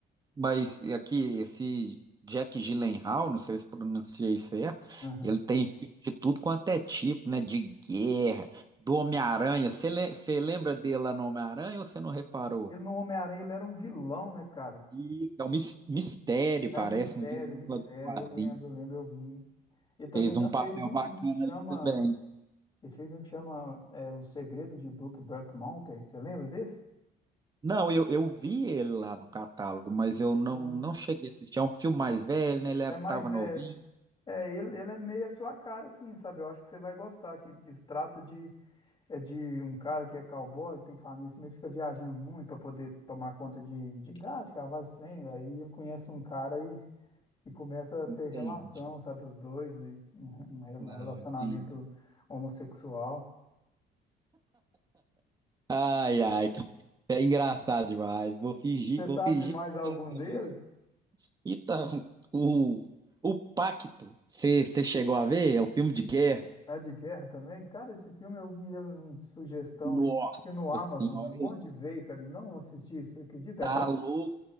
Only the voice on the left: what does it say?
Aham.
Ele no Homem-Aranha, ele era um vilão, né, cara?
É
o mistério,
o mistério,
eu lembro, eu lembro, eu vi. Ele também
já
fez um, um
que chama,
ele fez um que chama é, O Segredo de Brookback Mountain, você lembra desse?
Ah,
é mais
velho.
É, ele, ele é meio a sua cara, assim, sabe? Eu acho que você vai gostar, que, que se trata de, é de um cara que é cowboy, que tem família, assim, mas fica viajando muito para poder tomar conta de, de gado, de cavalo, esse trem. Aí ele conhece um cara e, e começa a ter
relação, sabe? Os dois, e um, um re- um
relacionamento
homossexual.
Você
sabe
de mais algum
dele?
É de guerra também? Cara, esse filme eu vi ele em sugestão,
aí, acho que no Amazon,
um monte
de vezes, cara, e não assisti, você acredita?
É bom?